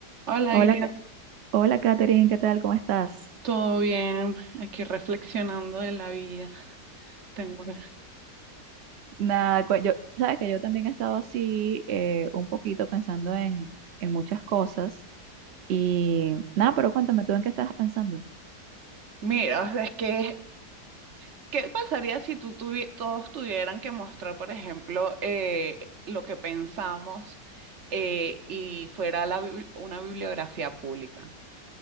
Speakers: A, on the right (about 50°); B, on the right (about 70°).
A: Hola,
B: Hola,
A: Iria,
B: Ca- hola Katherine, ¿qué tal? ¿Cómo estás?
A: ¿todo bien? Aquí reflexionando de la vida. Tengo... que-
B: Nada, cu- yo, sabes que yo también he estado así eh, un poquito pensando en, en muchas cosas y nada, pero cuéntame tú en qué estabas pensando.
A: Mira, o sea, es que, ¿qué pasaría si tú tuvi- todos tuvieran que mostrar, por ejemplo, eh, lo que pensamos eh, y fuera la bibli- una bibliografía pública?